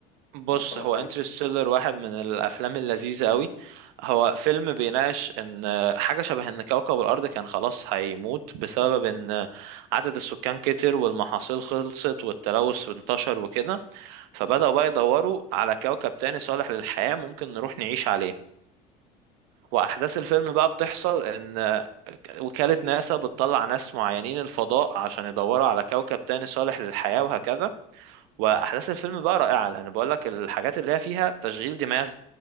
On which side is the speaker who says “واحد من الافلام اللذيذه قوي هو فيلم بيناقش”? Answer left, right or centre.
Right